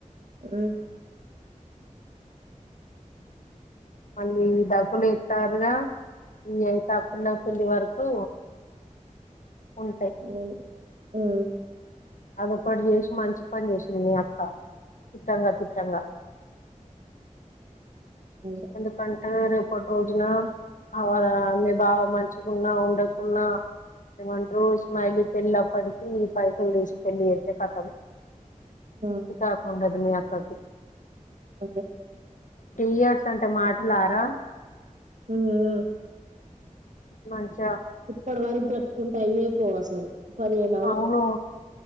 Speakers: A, on the right; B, on the left.
A: మ్మ్
B: మళ్ళీ డబ్బులు ఇస్తారుగా ఈ అయిత పిల్ల పెళ్ళి వరకు ఉంటాయి
A: అవును హలో
B: అదొక్కటి చేసి మంచి పని చేసింది నీ అక్క తిట్టంగా తిట్టంగా
A: అదే
B: ఎందుకం ఆ రేపటి రోజున ఆళ్ళ మీ బావ మంచికున్నా ఉండకున్నా ఏమంటారు ఇస్మైలీ పెళ్లి అప్పటికి పైసలు తీసి పెళ్లి చేత్తే కథం
A: ఆ!
B: శికారకుండ దనియా కాసేప్
A: అదే
B: ఇయర్స్ అంటే మాటలరా
A: మ్మ్ అదే
B: మంచి
A: ఇప్పటి వరకు కట్టుకుంటే అయ్యే పోవు అసలు పదిహేనవ్
B: అవును